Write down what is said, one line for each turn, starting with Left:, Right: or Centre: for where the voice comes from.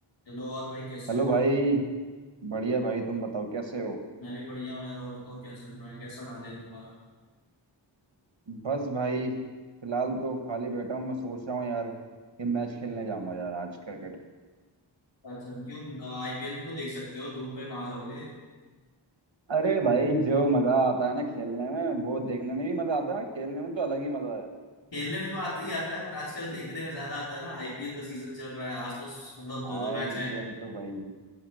Left: Hello और भाई कैसे
Right: हेलो
Left: हो
Right: भाई बढ़िया भाई तुम बताओ कैसे हो
Left: मैं भी बढ़िया हूँ यार और बताओ क्या चल रहा है कैसा रहा दिन तुम्हारा
Right: बस भाई फिलहाल तो खाली बैठा हूँ मैं सोच रहा हूँ यार कि मैच खेलने जाऊंगा यार आज क्रिकेट
Left: अच्छा क्यों आईपीएल भी तो देख सकते हो धूप है कहाँ जाओगे
Right: अरे भाई जो मजा आता है ना खेलने में वो देखने में भी मजा आता है और खेलने में तो अलग ही मजा है
Left: खेलने में तो आते ही आता है बट आजकल देखने में ज्यादा आता है ना आईपीएल का सीजन चल रहा है आज तो स- मतलब दो
Right: आईपीएल
Left: दो मैच हैं
Right: तो भाई